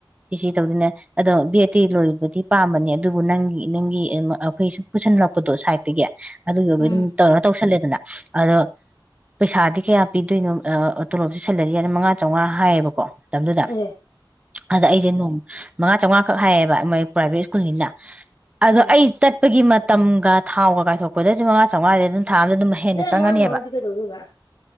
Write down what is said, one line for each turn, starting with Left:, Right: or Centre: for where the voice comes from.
Right: ꯁꯤ ꯁꯤ ꯇꯧꯗꯅꯦ ꯑꯗꯣ ꯕꯤ ꯑꯦ ꯇꯤ ꯂꯣꯏꯕꯗꯤ ꯄꯥꯝꯕꯅꯦ ꯑꯗꯨꯕꯨ ꯅꯪꯒꯤ ꯅꯪꯒꯤ ꯑꯩꯈꯣꯏ ꯁꯨꯝ ꯄꯨꯁꯜꯂꯛꯄꯗꯣ ꯁꯥꯏꯠꯇꯒꯤ ꯑꯗꯨꯒꯤ ꯑꯣꯏꯕꯩ
Left: ꯎꯝ
Right: ꯑꯗꯨꯝ ꯇꯧꯔ ꯇꯧꯁꯜꯂꯦꯗꯅ ꯑꯗꯣ ꯄꯩꯁꯥꯗꯤ ꯀꯌꯥ ꯄꯤꯗꯣꯏꯅꯣ ꯑꯥ ꯇꯣꯂꯣꯞꯁꯤ ꯁꯦꯜꯂꯔꯤ ꯃꯉꯥꯆꯧꯉꯥ ꯍꯥꯏꯌꯦꯕꯀꯣ ꯇꯝꯗꯨꯗ
Left: ꯑꯦ
Right: ꯑꯗ ꯑꯩꯁꯦ ꯅꯣꯡ ꯃꯉꯥꯆꯧꯉꯥꯈꯛ ꯍꯥꯏꯌꯦꯕ ꯃꯣꯏ ꯄ꯭ꯔꯥꯏꯚꯦꯠ ꯁ꯭ꯀꯨꯜꯅꯤꯅ ꯑꯗꯣ
Left: ꯎꯝ
Right: ꯑꯩ ꯆꯠꯄꯒꯤ ꯃꯠ ꯇꯝꯒ ꯊꯥꯎꯒ ꯀꯥꯏꯊꯣꯛ ꯄꯣꯏꯂꯔꯁꯨ ꯃꯉꯥꯆꯉꯥꯗꯤ ꯑꯗꯨꯝ ꯊꯥ ꯑꯃꯗ ꯑꯗꯨꯝ ꯍꯦꯟꯅ
Left: ꯆꯦ
Right: ꯆꯪꯉꯅꯦꯕ
Left: ꯃꯉꯥ ꯆꯥꯝꯃꯉꯥꯗꯤ ꯀꯩꯗꯧꯗꯣꯏꯕ